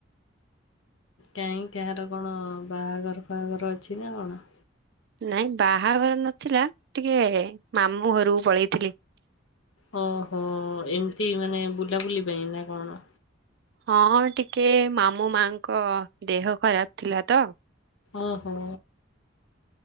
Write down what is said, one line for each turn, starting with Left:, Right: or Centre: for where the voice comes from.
Left: କାହିଁ କାହାର କଣ ବାହାଘର ଫହାଘର ଅଛି ନାଁ କଣ।
Right: ନାଇଁ ବାହାଘର ନଥିଲା ଟିକେ ମାମୁଁ ଘରକୁ ପଳେଇଥିଲି।
Left: ଓହୋ, ଏମ୍ତି ମାନେ ବୁଲାବୁଲି ପାଇଁ ନାଁ କଣ।
Right: ହଁ ହଁ ଟିକେ ମାମୁଁ ମାଙ୍କ ଦେହ ଖରାପ ଥିଲା ତ
Left: ଓହୋ